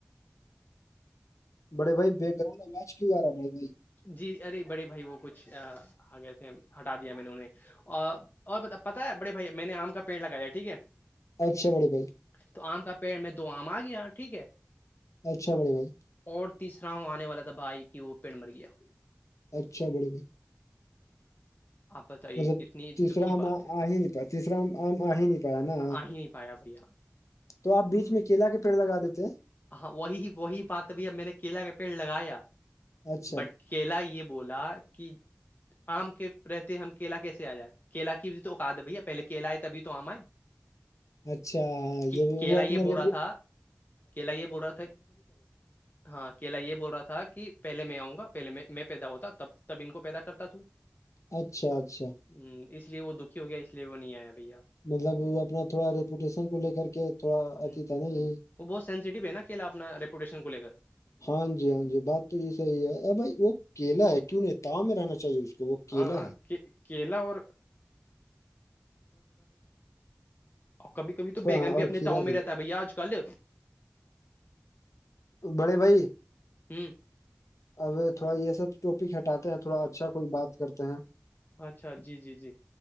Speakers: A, on the left; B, on the left.
A: بڑے بھائی بیک گراؤنڈ آواز کیوں آ رہا بڑے بھائی
B: جی ارے بڑے بھائی وہ کچھ گئے تھے ہٹا دیا میں انہوں نے اور اور پتا ہے بڑے بھائی میں نے آم کا پیڑ لگایا ٹھیک ہے
A: اچھا بڑی بھائی
B: تو آم کا پیڑ میں دو آم آ گیا ٹھیک ہے
A: اچھا بڑے بائی
B: اور تیسرا وہ آنے والا تھا بھائی کہ وہ پیڑ مر گیا
A: اچھا بڑے بھ
B: آپ بتائیے
A: مطب
B: کتنی
A: تیسرام
B: دکھی بات ہے
A: آ ہی نہیں پایا تیسرام آ ہی نہیں پایا نا
B: آ ہی نہیں پایا بھیا
A: تو آپ بیچ میں کیلا کے پیڑ لگا دیتے ہیں
B: ہاں وہی وہی بات اب اب میں نے کیلا کا پیڑ لگایا
A: اچھا
B: بٹ کیلا یہ بولا کہ آم کے رہتے ہم کیلا کیسے آ جائے کیلا کی بھی تو اقات ہے بھیا پہلے کیلا ہے تبھی تو آام آئے
A: اچھا ہاں
B: کہ
A: جب
B: کیلا
A: وہ اپنا
B: یہ بول
A: رپ
B: رہا تھا کیلا یہ بول رہا تھا ہاں کیلا یہ بول رہا تھا کہ پہلے میں آؤں گا پہلے میں پیدا ہوتا تب تب ان کو پیدا کرتا تووں
A: اچھا اچھا
B: ہ اس لیے وہ دکھی ہو گیا اس لیے وہ نہیں آیا بھیا
A: مطلب اپنا تھوڑا ریپوٹیشن کو لے کر کے تھوڑا اتی
B: ہ
A: تھا نہیں
B: ہ وہ بہت سینسسیٹیو ہے نا کیلا اپنا ریپوٹیشن کو ل کر
A: ہاں جی ہاں جی بات تو یہ صحی ہے بائی وہ کیلا ہے کیوں نہیں ت میں رہنا چاہیے اس کو وہ
B: ہاں
A: کیلا ہے
B: کیلا اور کبھی کبھی تو
A: ہاں
B: بیگن بھی
A: اور
B: اپنے
A: کھیرا
B: تاؤں میں
A: بھی
B: رہتا ہے بھیا آج کل
A: بڑے بھائی
B: ہوں
A: اب تھوڑا یہ سب ٹاپک ہٹاتے ہیں تھوڑا اچھا کوئی بات کرتے ہیں
B: اچھا جی جی جی